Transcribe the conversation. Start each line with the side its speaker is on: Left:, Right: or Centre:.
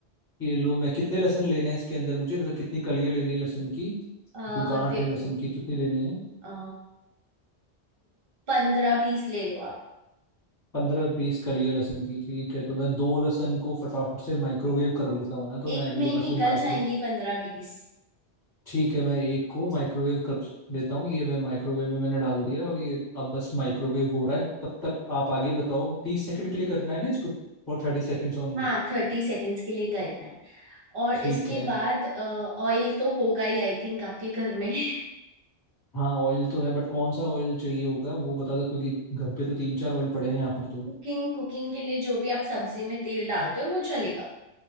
Left: ये लो मैं कितने लेसन लेने हैं इसके अंदर मुझे मतलब कितनी कलियां लेनी है लहसुन की
Right: अ
Left: जो गांठ
Right: देखो
Left: है लहसुन की कितनी लेनी है
Right: अ पंद्रह बीस ले लो आप
Left: पंद्रह बीस कलियां लहसुन की ठीक है तो मैं दो लहसुन को फटाफट से माइक्रोवेव कर लेता हूँ ना तो मैं
Right: एक
Left: अभी
Right: में
Left: ये
Right: ही निकल
Left: बस ये माइक्रो
Right: जाएंगी पंद्रह बीस
Left: ठीक है मैं एक को माइक्रोवेव कर लेता हूँ ये मैं माइक्रोवेव में मैंने डाल दिया और ये अब बस माइक्रोवेव हो रहा है तब तक आप आगे बताओ तीस सेकंड के लिए करना है ना इसको और थर्टी सेकेंड्स ओनली
Right: हाँ थर्टी सेकेंड्स के लिए करना है और
Left: ठीक
Right: इसके
Left: है
Right: बाद ऑयल तो होगा ही आई थिंक आपके घर में <laughs>
Left: हाँ ऑयल तो है बट कौन सा ऑयल चाहिए होगा वो बता दो क्योंकि घर पे तो तीन चार ऑयल पड़े हैं यहाँ पर तो
Right: कुकिंग कुकिंग के लिए जो भी आप सब्जी में तेल डालते हो वो चलेगा